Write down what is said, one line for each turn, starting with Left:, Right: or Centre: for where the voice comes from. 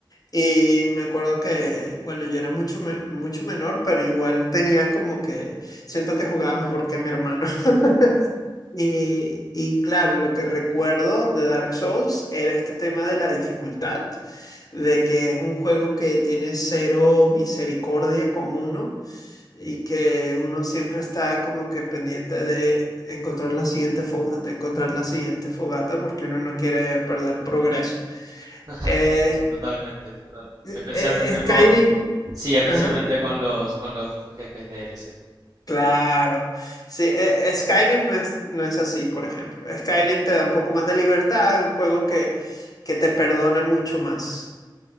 Left: Y me acuerdo que, bueno, yo era mucho, me- mucho menor, pero igual tenía como que, siento que jugaba mejor que mi hermano. <laughs> Y, y claro, lo que recuerdo de Dark Souls era este tema de la dificultad, de que es un juego que tiene cero misericordia con uno y que uno siempre está como que pendiente de encontrar la siguiente fogata, encontrar la siguiente fogata porque uno no quiere perder progreso.
Right: <laughs>
Left: Es
Right: Sí, totalmente, totalmente.
Left: es-
Right: Especialmente
Left: eh, Skyrim,
Right: con, sí, especialmente
Left: ajá,
Right: con los, con los jefes DLCs.
Left: claro. Sí, eh, Skyrim no es, no es así, por ejemplo. Skyrim te da un poco más de libertad, un juego que, que te perdona mucho más.